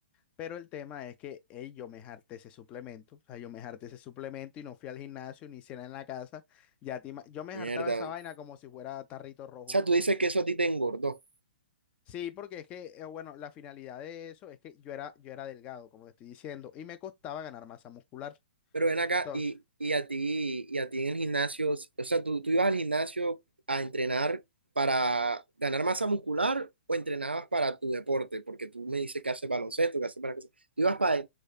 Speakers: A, on the left; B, on the right.
A: Pero el tema es que ey, yo me harté ese suplemento. O sea, yo me harté ese suplemento y no fui al gimnasio ni cena en la casa. Ya te ima- yo me
B: Mierda.
A: hartaba esa vaina
B: O
A: como si fuera tarrito rojo.
B: sea, tú dices que eso a ti te engordó.
A: Sí, porque es que, eh, bueno, la finalidad de eso es que yo era, yo era delgado, como te estoy diciendo, y me costaba ganar masa muscular.
B: Pero ven acá
A: Entonces,
B: y, y a ti, y a ti en el gimnasio, o sea, ¿tú, tú ibas al gimnasio a entrenar para ganar masa muscular o entrenabas para tu deporte? Porque tú me dices que haces baloncesto, que haces para cosas. ¿Tú ibas para,